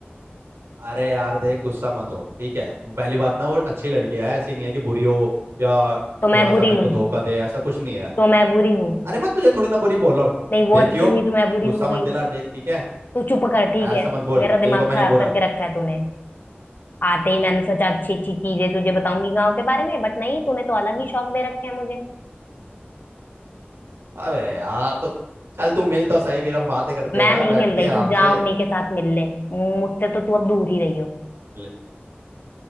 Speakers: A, on the right; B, on the left.
A: अरे यार देख गुस्सा मत हो ठीक है वो पहली बात ना वो अच्छी लड़की है ऐसी नहीं है कि बुरी हो या
B: तो मैं
A: थोड़ा
B: बुरी
A: सा मेरे
B: हूँ
A: को धोखा दे ऐसा कुछ नहीं है
B: तो मैं बुरी हूँ
A: अरे मैं तुझे थोड़ी ना बुरी बोल रहा हूँ
B: नहीं वो
A: देखियो
B: अच्छी देखिए हुई तो मैं बुरी
A: गुस्सा
B: हो गई
A: मत दिला देख ठीक है
B: तू चुप कर ठीक
A: ऐसा
B: है
A: मत बोल
B: मेरा
A: तेरे
B: दिमाग
A: को मैंने
B: खराब
A: बोला
B: करके
A: है।
B: रखा है तूने आते ही मैंने सोचा अच्छी अच्छी चीजें तुझे बताऊंगी गाँव के बारे में बट नहीं तूने तो अलग ही शौक दे रखे हैं मुझे
A: अबे यार तो चल तू मिल तो सही फिर हम बातें करते
B: मैं
A: हैं ना
B: नहीं
A: बैठ
B: मिल
A: के
B: रही
A: आराम
B: तू जा
A: से
B: उन्हीं के साथ मिल ले मुझसे तो तू अब दूर ही रही हो
A: ल-